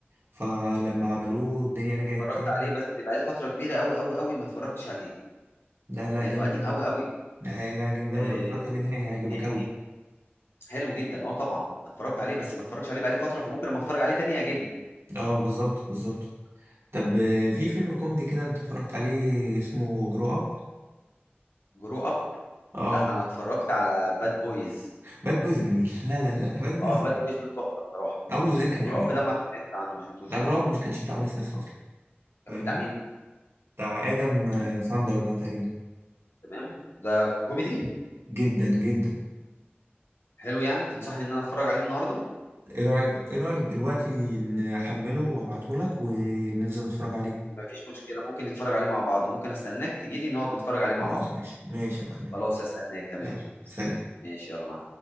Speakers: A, on the right; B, on the left.
A: فلما عملوه الدنيا رجعت
B: اتفرجت
A: تاني
B: عليه بس بقى لي فتره كبيره قوي قوي قوي ما اتفرجتش عليه
A: لا لا
B: لانه
A: جامد
B: قديم
A: اوي
B: قوي قوي
A: لا هي- لا جامد اوي
B: آه،
A: لو اتفرجت عليه تاني هيعجبك
B: مين تاني
A: اوي
B: حلو جدا اه طبعا اتفرجت عليه بس ما اتفرجش عليه بقالي فتره فممكن لما اتفرج عليه تاني يعجبني
A: اه بالظبط بالظبط طب آه، في فيلم كوميدي كده انت اتفرجت عليه اسمه جرو اب
B: جرو اب
A: اه
B: لا انا اتفرجت على باد بويز
A: باد بويز جميل لا لا لا لا باد بويز
B: اه
A: جميل.
B: باد بويز دول تحفه بصراحه
A: اول جزئين
B: لكن
A: كانوا
B: جرو
A: حلوين
B: اب ده ما سمعت عنه ما شفتوش
A: لا جرو
B: لا
A: اب مش كانش بتاع ويل سميث اصلا
B: كان
A: فاهمني
B: بتاع مين
A: بتاع ادم آه،
B: كان
A: ساندر ده تقريبا
B: تمام ده كوميدي
A: جدا جدا
B: حلو يعني تنصحني ان انا اتفرج عليه النهارده
A: ايه رايك ايه رايك دلوقتي نحمله وابعته لك وننزل نتفرج عليه
B: ما فيش مشكله ممكن نتفرج عليه مع بعض ممكن استناك تجيلي نقعد نتفرج عليه مع
A: خلاص
B: بعض
A: ماشي ماشي يا معلمين
B: خلاص استناك تمام
A: يلا سلام
B: ماشي يلا مع